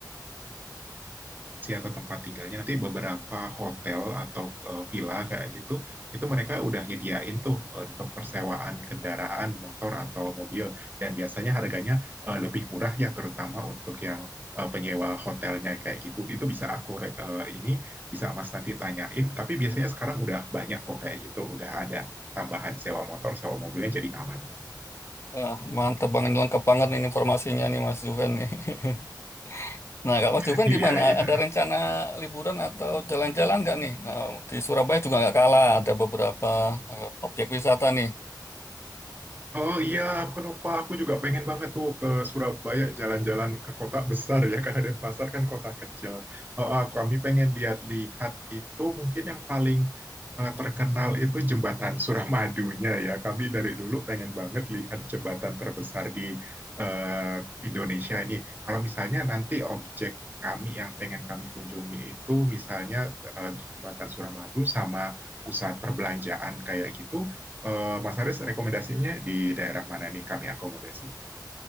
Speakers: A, on the right (about 25°); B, on the left (about 35°).
A: si atau tempat tinggalnya nanti beberapa hotel atau eh, villa kayak gitu itu mereka udah nyediain tuh eh, untuk persewaan kendaraan motor atau mobil dan biasanya harganya eh, lebih murah ya terutama untuk yang eh, penyewa hotelnya kayak gitu itu bisa aku re- eh, ini bisa Mas nanti tanyain tapi biasanya sekarang udah banyak kok kayak gitu udah ada tambahan sewa motor sewa mobilnya jadi aman
B: Wah, mantap banget lengkap banget nih informasinya nih Mas Juven nih. <laughs> Nah, kalau
A: <laughs>
B: Mas Juven gimana?
A: iya iya
B: Ada rencana liburan atau jalan-jalan nggak nih? Nah, di Surabaya juga nggak kalah ada beberapa eh, objek wisata nih.
A: Oh iya, aku lupa. Aku juga pengen banget tuh ke Surabaya jalan-jalan ke kota besar ya, <laughs> karena Denpasar kan kota kecil. Oh, oh, kami pengen lihat-lihat itu mungkin yang paling eh, terkenal itu jembatan Suramadunya ya. Kami dari dulu pengen banget lihat jembatan terbesar di eh, Indonesia ini. Kalau misalnya nanti objek kami yang pengen kami kunjungi itu misalnya eh, jembatan Suramadu sama pusat perbelanjaan kayak gitu, Eh, Mas Haris rekomendasinya di daerah mana nih kami akomodasinya?